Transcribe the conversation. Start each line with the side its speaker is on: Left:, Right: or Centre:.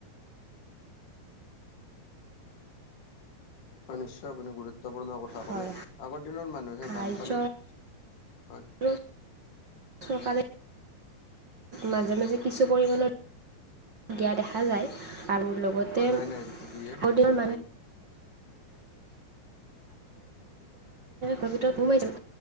Left: হয় নিশ্চয় আপুনি গুৰুত্বপূৰ্ণ কথা
Right: হয়
Left: কলে, আগৰ দিনৰ মানুহে
Right: সাহাৰ্য
Left: বানপানীত হয়।
Right: <unintelligible> চৰকাৰে মাজে মাজে কিছু পৰিমাণৰ <unintelligible> দিয়া দেখা যায়। আৰু লগতে
Left: হয়
Right: আগৰ
Left: নাই নাই দিয়ে সেইটো
Right: দিনৰ
Left: ক'ব লাগিব
Right: মানুহে